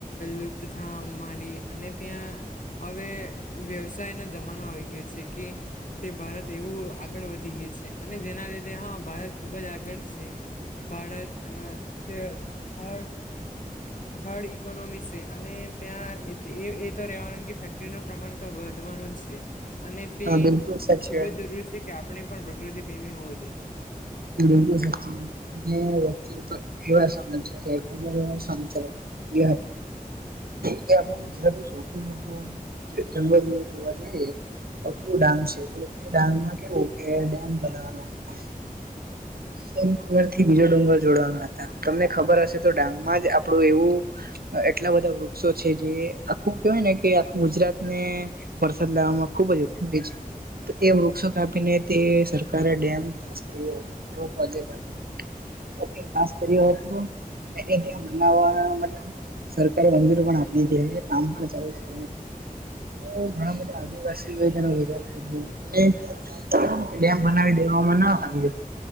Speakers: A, on the left; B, on the right.
A: લુપ્ત થવા માંડી અને. ત્યાં હવે વ્યવસાય નો જમાનો આવી ગયો છે કે. તે ભારત એવું આગળ વધી ગયું છે અને જેના લીધે હા ભારત ખુબ જ આગળ છે. બાડ તે ખ. <inaudible> થર્ડ ઇકોનોમી છે અને ત્યાં એ. તો રેવા ફેક્ટરી ન પ્રમાણ તો વધવાનું જ છે અને તે
B: હા બિલકુલ સાચી
A: ખુબ
B: વાત
A: જ જરૂરી છે. કે આપણે પણ પ્રકૃતિ પ્રેમી હોવું જોઈએ.
B: બલ તો સચી. <unintelligible> વચ્ચે તો એવા સમાચારબર એ સમાચાર હતા. કે આપણું ગુજરાત નું સૌથી મોટું જંગલ જો જોવા જઈ. પપડું ડાંગ છે તો એ ડાંગ માં કેવું કે ડેમ બનાવવાના હતા. તોર થી બીજો ડુંગર જોડાવાના હતા. તમને ખબર હશે તો ડાંગમાં જ આપડું એવું. એટલા બધા વૃક્ષો છે જે આખું કેહેવાય ને કે આખું ગુજરાતને. વરસાદ લાવવામાં ખુબજ ઉપયોગી છે. તો એ વૃક્ષો કાપીને તે સરકારે ડેમ પાસ કરી. એવો પ્રોજેક્ટ હતો. એ પાસ કર્યો હતો ત્યાં બનાવવા મતલબ. સરકારે મંજૂરી પણ આપી છે કામ પણ ચાલુ છે. તો ઘણા બધા આદિવાસીઓ તેનો વિરોધ કર્યો અને. ડેમ બનાવી દેવામાં ન આવી હતી.